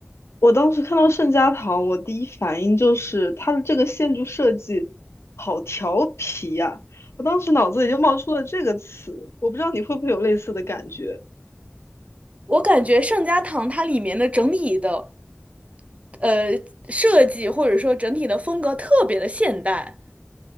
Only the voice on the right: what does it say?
我感觉圣家堂它里面的整体的，呃，设计或者说整体的风格特别的现代。